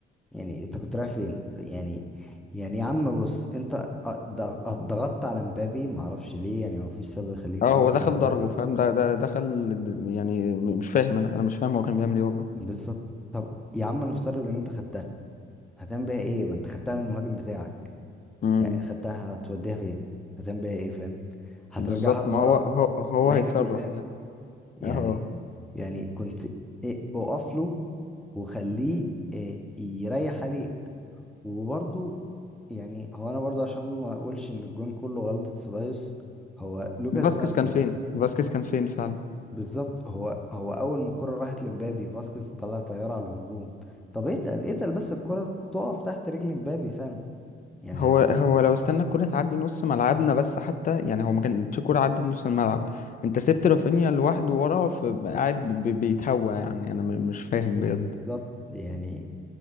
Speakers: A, in the centre; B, on the left.
A: يعني انت كنت رايح فين يعني يعني يا عم بص انت ضغ- ضغطت على مبابي معرفش ليه يعني هو مفيش سبب يخليك
B: اه
A: تضغط
B: هو دخل
A: على مبابي
B: ضربه فاهم ده ده دخل يعني م- مش فاهم انا انا مش فاهم هو كان بيعمل ايه والله
A: بالظبط طب يا عم نفترض ان انت خدتها هتعمل بيها ايه ما انت خدتها من المهاجم بتاعك
B: امم
A: يعني خدتها هتوديها فين هتعمل بيها ايه فاهم هترجعها
B: بالظبط ما
A: لورا
B: هو هو هو, هو
A: طب ما
B: هيتصرف
A: هي كانت قدام
B: يعني
A: يعني
B: اه
A: يعني كنت إيه اقف له وخليه إيه يريح عليك وبرضو يعني هو انا برضو عشان ما اقولش ان الجون كله غلطة سيبايوس هو لوكاس
B: هو فاسكيز
A: فاسكيز
B: كان فين فاسكيز كان فين فعلا
A: بالظبط هو هو اول ما الكرة راحت لمبابي فاسكيز طلع طيارة على الهجوم طب اتقل اتقل بس الكرة تقف تحت رجل مبابي فعلا يعني
B: هو
A: هي
B: هو لو استنى الكرة تعدي نص ملعبنا بس حتى يعني هو ما كانتش كرة عدت نص الملعب انت سبت رافينيا لوحده وراه فقاعد بيتهوى يعني انا م- مش فاهم بجد
A: بالظبط يعني